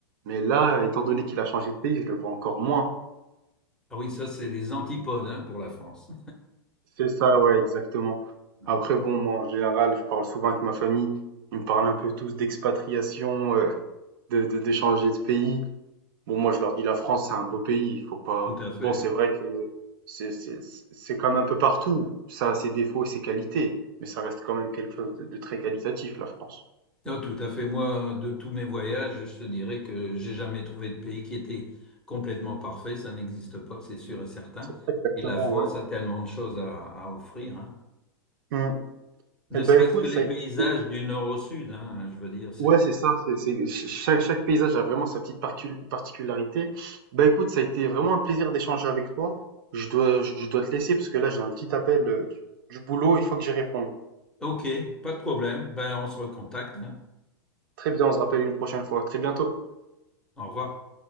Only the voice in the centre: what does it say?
Ah oui, ça, c'est les antipodes hein, pour la France.
<laughs>
Tout à fait.
Non, tout à fait. Moi, de tous mes voyages, je te dirais que j'ai jamais trouvé de pays qui était complètement parfait. Ça n'existe pas, c'est sûr et certain.
Et la France
a tellement de choses à, à offrir, hein.
Ne
serait-ce
que les
paysages
du nord au sud, hein, je veux dire, c'est...
Ok, pas de problème. Ben, on se recontacte, hein.
Au revoir.